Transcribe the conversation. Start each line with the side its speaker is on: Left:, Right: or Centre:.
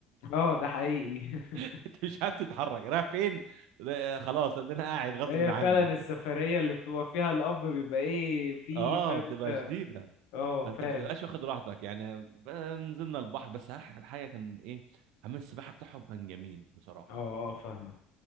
Left: اه ده حقيقي <laughs>
Right: <laughs> انت مش عارف تتحرك رايح فين ده- خلاص انا قاعد غصب
Left: هي
Right: عني
Left: فعلا السفرية
Right: <laughs>
Left: اللي بتبقى فيها الاب بيبقى ايه فيه
Right: اه
Left: فاهم
Right: بتبقى
Left: انت
Right: شديده
Left: اه
Right: فانت
Left: فاهم
Right: بتبقاش واخد راحتك يعني ب- نزلنا البحر بس أح- الحاجه كان ايه حمام السباحه بتاعهم كان جميل بصراحه
Left: اه اه فاهمك